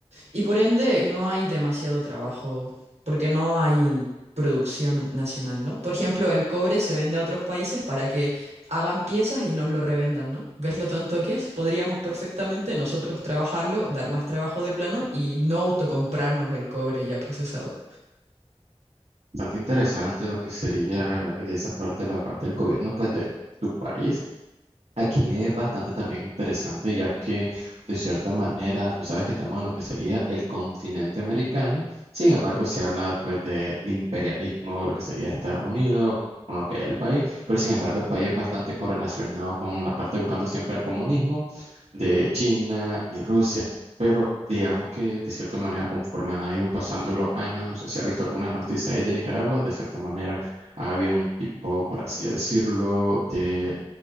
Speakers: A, on the right; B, on the right.
A: y por ende, no hay demasiado trabajo, porque no hay producción nacional, ¿no? Por ejemplo, el cobre se vende a otros países para que hagan piezas y nos lo revendan, ¿no? ¿Ves lo tonto que es? Podríamos perfectamente nosotros trabajarlo, dar más trabajo de plano y no autocomprarnos el cobre ya procesado.
B: Bastante interesante lo que sería de esa parte, la parte del gobierno, pues de tu país. Aquí es bastante también interesante, ya que de cierta manera tú sabes que estamos en lo que sería el continente americano, sin embargo se habla pues del imperialismo, lo que sería Estados Unidos, con lo que es el país, pero sin embargo el país es bastante correlacionado con la parte buscando siempre el comunismo de China y Rusia, pero digamos que de cierta manera conforme han ido pasando los años, no sé si ha visto algunas noticias ahí de Nicaragua, de cierta manera había un tipo, por así decirlo, de